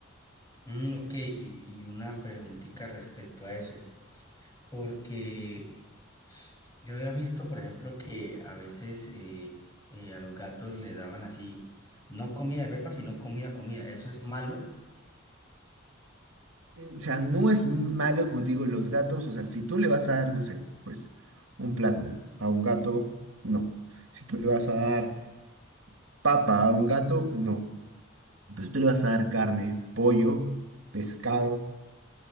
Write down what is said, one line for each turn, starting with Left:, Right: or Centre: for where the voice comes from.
Left: mm, ok, y, y una preguntita respecto a eso, porque yo había visto, por ejemplo, que a veces eh, eh, a los gatos les daban así, no comida de pepa, sino comida, comida, ¿eso es malo?
Right: O sea, no es malo, como te digo, los gatos, o sea, si tú le vas a dar, no sé, pues un plátano a un gato, no. Si tú le vas a dar papa a un gato, no. Pero si tú le vas a dar carne, pollo, pescado,